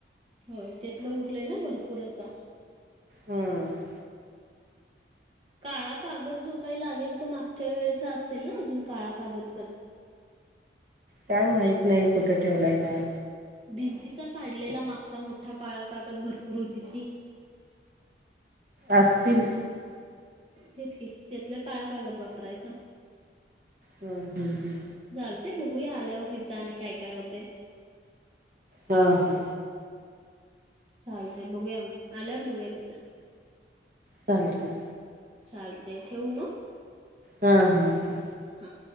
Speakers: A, on the right (about 30°); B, on the right (about 50°).
A: होय त्यातलं उरलंय ना भरपूर आता.
B: हम्म
A: काळा कागद जो काही लागेल तो, मागच्या वेळेचा असेल ना अजून काळा कागद पण.
B: काय माहीत नाही कुठे ठेवलंय काय.
A: भिंतीचा काढलेला मागचा मोठा काळा कागद भरपूर होती ती.
B: असतील.
A: तेच कि त्यातला काळा कागद वापरायचा.
B: हा हा हा.
A: चालते बघूया आल्यावर हिथ आणि काय काय होतंय.
B: हा हा.
A: चालतंय बघूया मग आल्यावर बघूया तिथं.
B: चालतंय.
A: चालतंय ठेवू मग.
B: हा हा हा.
A: हा.